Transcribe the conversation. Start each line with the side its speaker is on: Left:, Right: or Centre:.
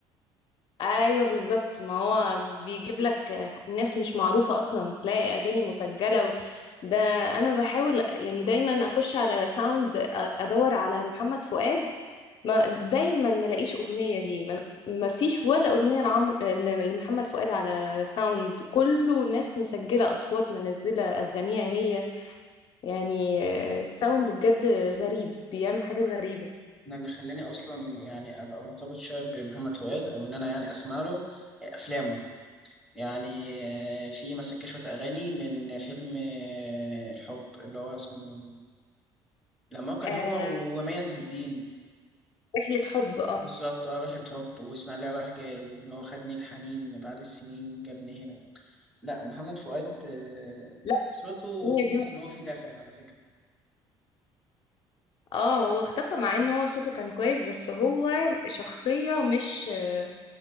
Left: ايوه بالظبط ما هو بيجيب لك آه، ناس مش معروفه اصلا تلاقي اغاني مسجله و... ده انا بحاول يعني دايما اخش على ساوند أ- ادور على محمد فؤاد ما دايما ما لاقيش اغنيه ليه ما... ما فيش ولا اغنيه لعمر ل- لمحمد فؤاد على ساوند كله ناس مسجله اصوات منزله اغانيها هي يعني آه، الساوند بجد غريب بيعمل حاجات غريبة
Centre: انا اللي خلاني اصلا يعني ابقى مرتبط شويه بمحمد فؤاد او ان انا يعني اسمع له افلامه يعني آه، في مثلا كشويه اغاني من فيلم آه، الحب اللي هو اسمه لما هو كان
Left: آم،
Centre: هو ومي عز الدين
Left: رحلة حب اه
Centre: بالظبط اه رحلة حب واسماعيلية رايح جاي اللي هو خدني الحنين بعد السنين جابني هنا لا محمد فؤاد آه،
Left: لا
Centre: صوته
Left: هي
Centre: تحس
Left: دي
Centre: ان هو فيه دفع على فكرة
Left: اه هو اختفى مع ان هو صوته كان كويس بس هو شخصية مش آه،